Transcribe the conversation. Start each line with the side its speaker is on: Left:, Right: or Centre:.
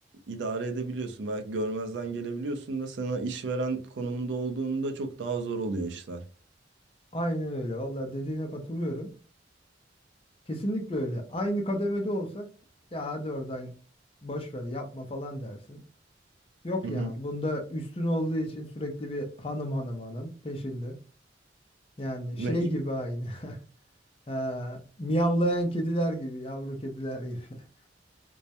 Right: idare edebiliyorsun. Belki görmezden gelebiliyorsun da sana işveren konumunda olduğunda çok daha zor oluyor işler.
Left: Aynen öyle. Vallahi dediğine katılıyorum. Kesinlikle öyle. Aynı kademede olsak ya hadi oradan boş ver yapma falan dersin. Yok
Right: Hı hı.
Left: ya bunda üstün olduğu için sürekli bir hanım hanım hanım peşinde. Yani şey
Right: Me-
Left: gibi aynı. <laughs> Ha, miyavlayan kediler gibi, yavru kediler gibi. <laughs>